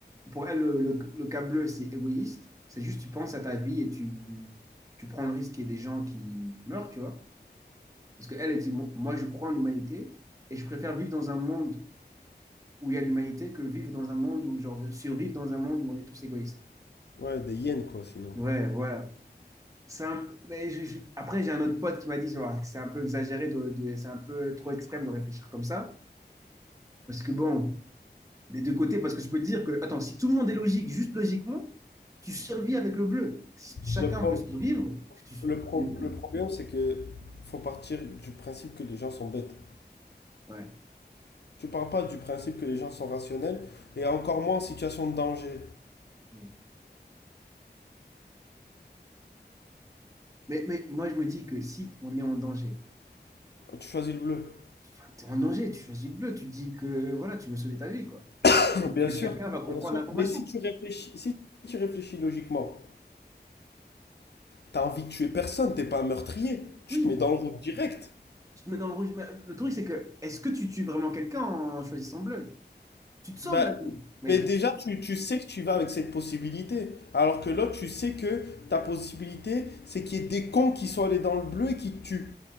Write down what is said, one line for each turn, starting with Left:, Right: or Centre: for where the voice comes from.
Right: pour elle le, le, le cas bleu c'est égoïste. C'est juste tu penses à ta vie et tu tu prends le risque qu'il y ait des gens qui meurent, tu vois. Parce qu'elle a dit, moi moi, je crois en l'humanité et je préfère vivre dans un monde où il y a l'humanité que vivre dans un monde où genre survivre dans un monde où on est tous égoïstes.
Left: Ouais, des yens, quoi, sinon.
Right: Ouais, voilà. c'est un peu- mais je- je- Après, j'ai un autre pote qui m'a dit genre, que c'est un peu exagéré, de, de- c'est un peu trop extrême de réfléchir comme ça. Parce que bon, des deux côtés, parce que je peux te dire que, attends, si tout le monde est logique, juste logiquement, tu survis avec le bleu. Si chacun
Left: Le, pro-
Right: veut survivre, tu survis
Left: le, pro-
Right: avec le bleu.
Left: le problème, c'est que faut partir du principe que les gens sont bêtes.
Right: Ouais.
Left: Tu pars pas du principe que les gens sont rationnels, et encore moins en situation de danger,
Right: Mm. Mais, mais moi, je me dis que si on est en danger,
Left: quand tu choisis le bleu.
Right: enfin, t'es en danger, tu choisis le bleu, tu te dis que voilà, tu veux sauver ta vie, quoi. Et
Left: <coughs> <clears throat>
Right: tu te
Left: Bien
Right: dis que
Left: sûr,
Right: chacun va comprendre
Left: bien sûr.
Right: l'information.
Left: Mais si tu réfléchis, si tu réfléchis logiquement, t'as envie de tuer personne, t'es pas un meurtrier. Tu
Right: Oui,
Left: te mets dans le rouge direct.
Right: tu te mets dans le rouge. mais le truc, c'est que, est-ce que tu tues vraiment quelqu'un en choisissant bleu? Tu te sauves
Left: Bah,
Right: la vie. Mais
Left: mais
Right: est-ce que...
Left: déjà, tu, tu sais que tu vas avec cette possibilité. Alors que l'autre, tu sais que ta possibilité, c'est qu'il y ait des cons qui sont allés dans le bleu et qui te tuent.